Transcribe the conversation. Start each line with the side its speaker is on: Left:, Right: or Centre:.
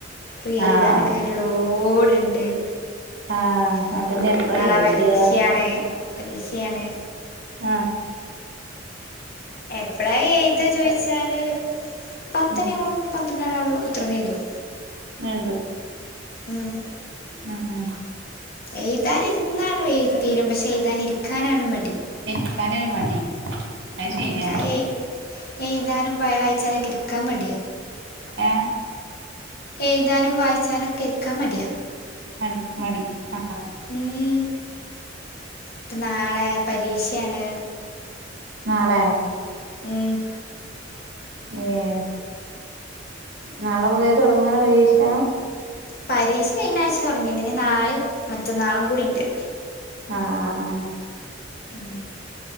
Left: പ്പൊ എയ്താനൊക്കെ
Right: ആഹ്
Left: ഒര് ലോട്ണ്ട്.
Right: ആഹ്
Left: ഉം,
Right: അപ്പൊ ഇനി എപ്പഴാ
Left: നാളെ
Right: എഴുതാ
Left: പരീഷ്യാണ്. പരീഷ്യാണ്.
Right: അ...
Left: എപ്പളാ എയ്താ ചോയിച്ചാല്, പത്തണ്യാവുമ്പളും
Right: ഉം
Left: പന്ത്ര ഞ അവള് അവിടെ കുത്തർന്ന് എഴുതും
Right: എ <unintelligible> തു.
Left: ഉം
Right: ഉം, ഉം
Left: എയ്താനിര്ന്നാണ് വേ എയ്തിത്തീരും. പഷെ എയ്താൻ ഇരിക്കാനാണ് മടി.
Right: ഇര്ക്കാനൊര് മടി. അത്
Left: ഉം
Right: ശരിയാണ്
Left: അയ് എയ്താനും ബ വായിച്ചാനൊക്കെ ഇരിക്കാമട്യാ.
Right: ഏഹ്.
Left: എയ്താനും വായിച്ചാനൊക്കെ ഇരിക്കാമട്യാ.
Right: മടി, മടി, ആഹ്.
Left: ഊം, ക്ക് നാളെ പരീഷേണ്.
Right: നാളെ...
Left: ഉം.
Right: ഏ,.... നാളെ മുതൽ തൊടങ്ങാണോ പരീഷാ.
Left: പരീഷ കയ്ഞ്ഞാഴ്ച തൊട്ങ്ങീണ്. ഞ്ഞി നാളിം മറ്റന്നാളും കൂടിണ്ട്.
Right: ആഹ്, ആഹ്, ആഹ്
Left: ഉം.